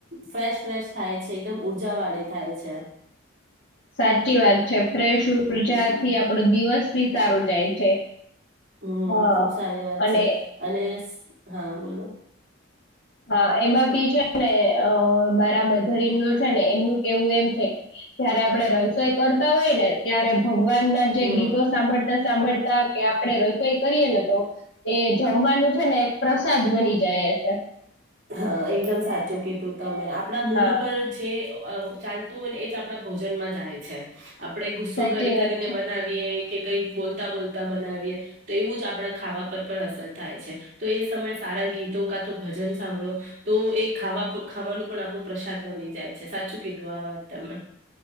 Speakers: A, on the right (about 40°); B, on the left (about 65°).
A: ફ્રેશ ફ્રેશ થાય છે. એકદમ ઉર્જા વાળી થાય છે.
B: સાચી વાત છે. ફેશર્જાથી
A: હમ
B: આપડો દિવસ ફી સારું જાય છે.
A: હમ
B: હા
A: ખુબ સારી વાત
B: અને
A: છે, અને હા બોલો. <inaudible>
B: હા એમાં બી છે ને અ મારા મધર ઈન લો છે ને એમનું કેવું એમ છે કે, જયારે આપડે રસોઈ કરતા હોય ને ત્યારે ભગવાન ના જે
A: હમ
B: ગીતો સાંભળતા સાંભળતા કે આપડે રસોઈ કરીયે ને તો, એ જમવાનું છે ને પ્રસાદ બની જાય છે.
A: હા એકદમ સાચું કીધું તમે આપડા મૂડ
B: હા
A: પર જે અ ચાલતું હોય ને એ જ આપડા ભોજનમાં જાય છે. આપડે ગુસ્સો
B: સાચી
A: કરી
B: વાત
A: કરીને
B: છે
A: બનાવીએ કે કંઈક બોલતા બોલતા બનાવીએ તો એવું જ આપણા ખાવા પર પણ અસર થાય છે તો એ સમય સારા ગીતો કાતો ભજન સાંભળો તો એ ખાવા પ ખાવાનું પણ આપણું પ્રસાદ બની જાય છે સાચું કીધું આ વાત તમે